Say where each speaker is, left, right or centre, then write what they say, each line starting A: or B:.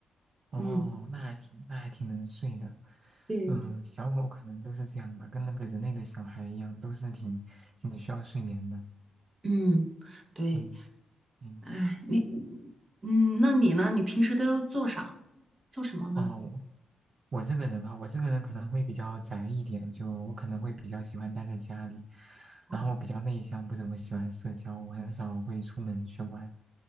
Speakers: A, on the right; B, on the right.
A: 哦，
B: 嗯
A: 那还挺那还挺能睡的。
B: 对，
A: 嗯，小狗可能都是这样吧，跟那个人类的小孩一样，都是挺挺需要睡眠的。
B: 嗯，对，
A: 嗯嗯。
B: 哎，你嗯，那你呢？你平时都做啥？做什么呢？
A: 哦，我这个人啊，我这个人可能会比较宅一点，就我可能会比较喜欢待在家里，
B: 哦，
A: 然后我比较内向，不怎么喜欢社交，我很少会出门去玩，